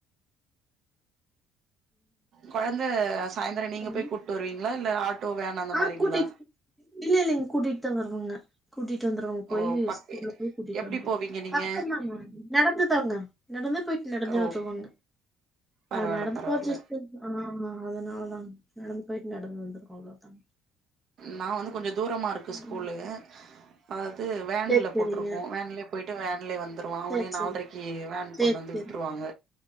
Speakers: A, on the right (about 50°); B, in the centre.
A: கொழந்த சாய்ந்தர நீங்க
B: ம்.
A: போய் கூட்டு வருவீங்ளா இல்ல ஆட்டோ வேன் அந்த
B: ஆ
A: மாரிங்ளா
B: கூட்டிட்டு இல்ல இல்லங்க கூட்டிட்டு தா வரனுங்க கூட்டிட்டு வந்துருவங்க போயி
A: ஓ பக்க
B: ஸ்கூல்ல போய் கூட்டிட்டு
A: எப்டி
B: வந்துருவங்
A: போவீங்க நீங்க
B: பக்கந்தாங்க நடந்து தாங்க நடந்தே போயிட்டு நடந்தே
A: ஓ
B: வத்துருவாங்க
A: பரவால்ல
B: ஆ நடந்து
A: பரவால்ல
B: போய் <unintelligible> ஆமா அதனால தா நடந்து போயிட்டு நடந்து வந்திருக்கோ அவ்ளோதாங்க
A: நா வந்து கொஞ்ச தூரமா இருக்கு
B: ம்
A: ஸ்கூல்லு அது வேன்ல
B: சேரி சேரிங்க
A: போட்ருக்கோ வேன்லே போய்ட்டு வேன்லே வந்துருவா அவனே
B: சேரி சேரி
A: நால்ரைக்கு வேன்
B: சேரி
A: கொண்டு வந்து
B: சேரி
A: விட் ருவாங்க